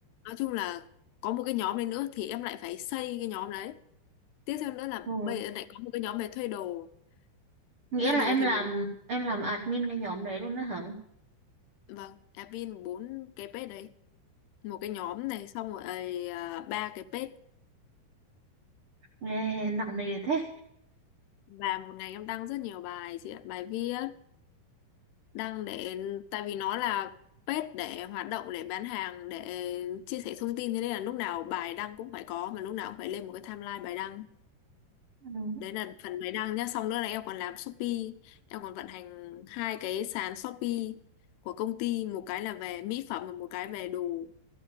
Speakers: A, on the left (about 80°); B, on the right (about 75°).
A: nói chung là có một cái nhóm đấy nữa thì em lại phải xây cái nhóm đấy tiếp theo nữa là
B: Ừ.
A: bây giờ lại có một cái nhóm về thuê đồ
B: Nghĩa
A: thuê
B: là
A: đồ
B: em
A: thì
B: làm
A: mình
B: em làm admin cái nhóm đấy luôn đó hả?
A: vâng admin bốn cái page đấy một cái nhóm này xong rồi ấy, à, ba cái page
B: Nghe nặng nề thế.
A: và một ngày em đăng rất nhiều bài chị ạ bài viết đăng để tại vì nó là page để hoạt động để bán hàng để chia sẻ thông tin thế nên là lúc nào bài đăng cũng phải có mà lúc nào cũng phải lên một cái timeline bài đăng
B: Ừ.
A: đấy là phần máy đăng nhá xong nữa là em còn làm Shopee em còn vận hành hai cái sàn Shopee của công ty một cái là về mỹ phẩm và một cái về đồ